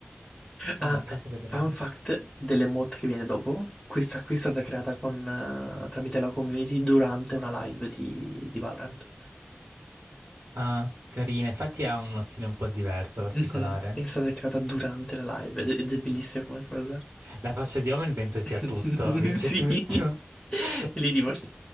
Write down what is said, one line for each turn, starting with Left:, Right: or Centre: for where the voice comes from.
Right: Vabbè,
Centre: Ah,
Right: in caso vedremo.
Centre: fun fact dell'emote che viene dopo. Questa qui è stata creata con, eh, tramite la community durante una live di, di Valorant.
Right: Ah, carina. Infatti ha uno stile un po' diverso, particolare.
Centre: Mhm. È stata creata durante la live ed ed è bellissima come cosa.
Right: La faccia di Omen penso sia
Centre: <laughs>
Right: tutto, vince
Centre: Sì.
Right: tutto.
Centre: E
Right: <laughs>
Centre: lì tipo... <laughs>